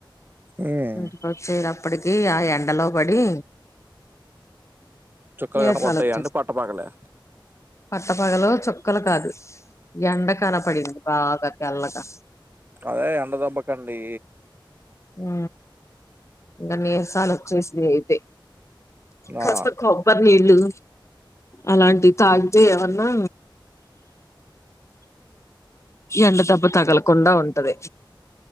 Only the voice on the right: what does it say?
ఉమ్
చుక్కలు
కనపడ్డాయి
అంటే పట్టపగలే
అదే ఎండ దెబ్బకు ఆ అండీ
ఆ